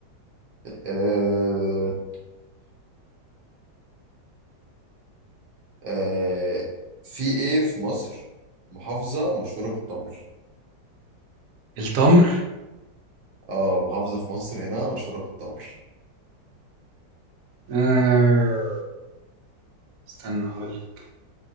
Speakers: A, on the right; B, on the right.
A: آه. آه. في ايه في مصر محافظه مشهوره بالتمر
B: التمر
A: اه محافظة في مصر هنا مشهورة بالتمر
B: آه، استنى هقول لك.